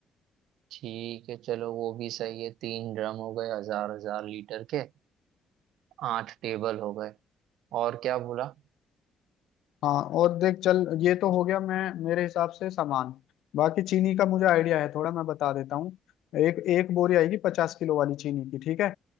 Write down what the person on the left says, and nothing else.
हाँ और देख चल ये तो हो गया मैं मेरे हिसाब से सामान बाकी चीनी का मुझे आइडिया है थोड़ा मैं बता देता हूँ एक एक बोरी आएगी पचास किलो वाली चीनी की ठीक है